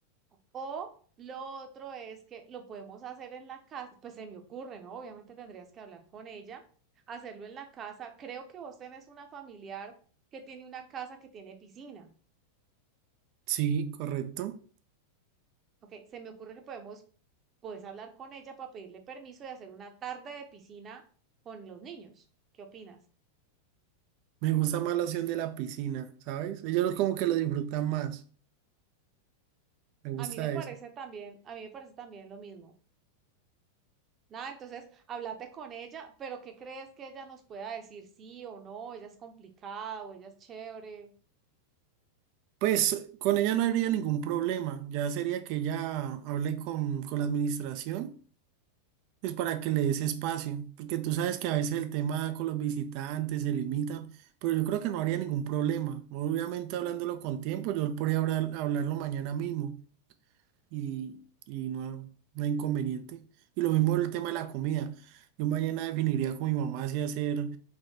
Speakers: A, on the right (about 25°); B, on the right (about 45°).
A: O lo otro es que lo podemos hacer en la casa, pues se me ocurre, ¿no? Obviamente tendrías que hablar con ella, hacerlo en la casa. Creo que vos tenés una familiar que tiene una casa que tiene piscina.
B: sí, correcto.
A: Ok, se me ocurre que podemos, puedes hablar con ella para pedirle permiso de hacer una tarde de piscina con los niños. ¿Qué opinas?
B: Me gusta más la opción de la piscina, ¿sabes? Ellos como que lo disfrutan más, me gusta
A: A mí me parece
B: eso.
A: también, a mí me parece también lo mismo. Nada, entonces, háblate con ella, pero ¿qué crees que ella nos pueda decir sí o no? Ella es complicada o ella es chévere.
B: Pues con ella no habría ningún problema, ya sería que ella hable con, con la administración pues para que le des espacio, porque tú sabes que a veces el tema con los visitantes se limita, pero yo creo que no habría ningún problema. Obviamente hablándolo con tiempo, yo podría hablar- hablarlo mañana mismo y, y no, no hay inconveniente. Y lo mismo el tema de la comida. Yo mañana definiría con mi mamá si hacer,